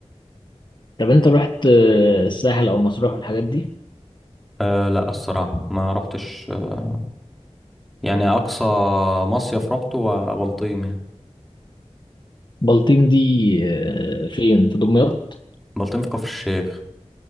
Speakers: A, on the left (about 40°); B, in the centre.
A: طب انت رحت آه، الساحل او مطروح والحاجات دي
B: آه لا الصراحة ما رحتش آه، يعني اقصى مصيف رحته هو بلطيم يعني
A: بلطيم دي آه، فين في دمياط
B: بلطيم في كفر الشيخ